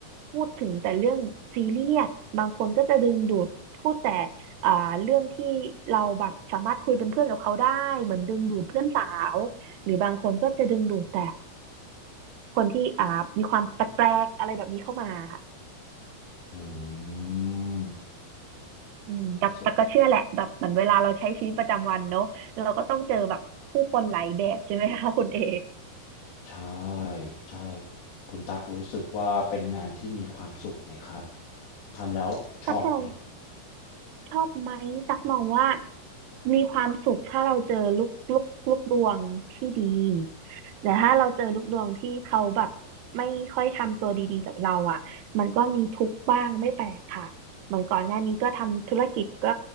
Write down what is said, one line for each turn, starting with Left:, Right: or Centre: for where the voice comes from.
Right: พูดถึงแต่เรื่องซีเรียสบางคนก็จะดึงดูดพูดแต่อ่าเรื่องที่เราแบบสามารถคุยเป็นเพื่อนกับเขาได้เหมือนดึงดูดเพื่อนสาวหรือบางคนก็จะดึงดูดแต่คนที่อ่ามีความแปลกๆอะไรแบบนี้เข้ามาค่ะ
Left: อืม
Right: อืมแต่แต่ก็เชื่อแหละแบบเหมือนเวลาเราใช้ชีวิตประจำวันเนอะ
Left: สุด
Right: เราก็ต้องเจอแบบผู้คนหลายแบบใช่ไหมคะคุณเอ
Left: ใช่ใช่คุณตั๊กรู้สึกว่าเป็นงานที่มีความสุขไหมครับทำแล้วชอบไหม
Right: ตักเราชอบไหมตักมองว่ามีความสุขถ้าเราเจอลูกลูกลูกดวงที่ดีแต่ถ้าเราเจอลูกดวงที่เขาแบบไม่ค่อยทำตัวดีๆกับเราอ่ะมันก็มีทุกข์บ้างไม่แปลกค่ะเหมือนก่อนหน้านี้ก็ทำธุรกิจก็